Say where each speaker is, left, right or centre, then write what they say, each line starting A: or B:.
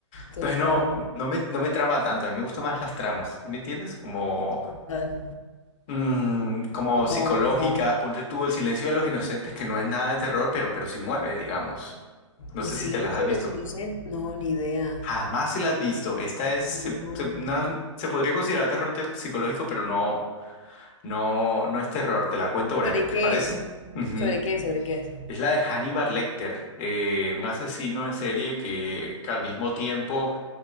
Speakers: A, on the left; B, on the left.
A: Entonces
B: Total,
A: no, no me, no me trama tanto, a mí me gustan más las tramas, ¿sí ¿me entiendes? Como
B: total.
A: mm, como
B: Como,
A: psicológicas,
B: como,
A: ponte tú El silencio de los inocentes, que no es nada de terror, pero, pero sí mueve, digamos. No
B: El
A: sé
B: silencio
A: si te las has
B: de
A: visto.
B: los inocentes, no, ni idea.
A: Jamás si las has visto. Esta es, se,
B: No.
A: se- una- se podría considerar terror te- psicológico, pero no, no, no es terror. Te la cuento breve,
B: ¿Sobre
A: ¿te
B: qué
A: parece?
B: es?
A: Ujú.
B: ¿Sobre qué? es? ¿Sobre qué es?
A: Es la de Hannibal Lecter, eh, un asesino en serie que, que al mismo tiempo